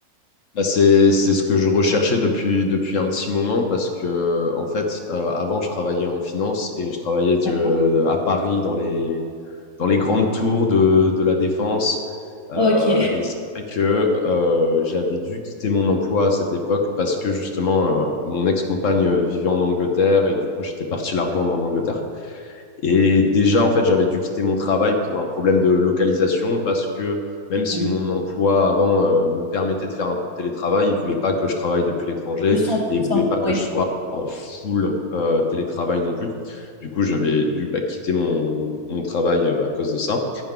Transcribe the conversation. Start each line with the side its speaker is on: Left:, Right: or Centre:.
Left: Bah, c'est c'est ce que je recherchais depuis depuis un petit moment parce que en fait euh, avant je travaillais en finance et je travaillais
Right: D'accord.
Left: euh, à Paris dans les dans les grandes tours de de la Défense euh,
Right: Ok.
Left: et c'est vrai que euh, j'avais dû quitter mon emploi à cette époque parce que justement euh, mon ex-compagne vivait en Angleterre et du coup j'étais parti la rejoindre en Angleterre et déjà, en fait, j'avais dû quitter mon travail pour un problème de localisation parce que même si
Right: Oui.
Left: mon emploi avant euh, me permettait de faire un peu de télétravail, il voulait pas que je travaille depuis l'étranger
Right: 100%.
Left: et il voulait pas que
Right: Oui.
Left: je sois en full euh, télétravail non plus. Du coup, j'avais dû bah, quitter mon, mon travail euh, à cause de ça.